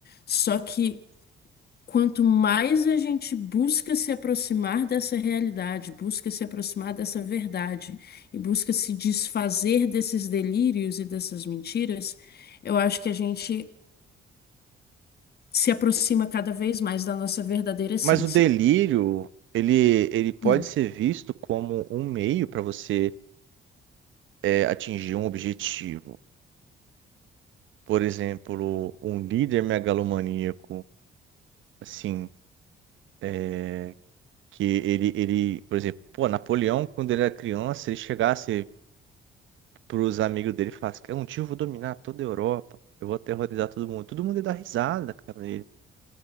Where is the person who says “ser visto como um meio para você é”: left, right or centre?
Right